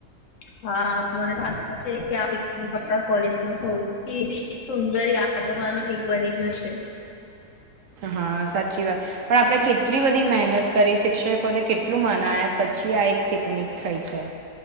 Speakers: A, on the left (about 60°); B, on the right (about 65°).
A: હા મનેધા છે કે પન કોલેજ સૌથી સુંદર યાદોમાંનો એક બની જશે
B: હા સાચી વાત પણ આપણે કેટલી બધી મહેનત કરી શિક્ષકોને કેટલું મનાયા પછી આ એક પિકનિક થઈ છે.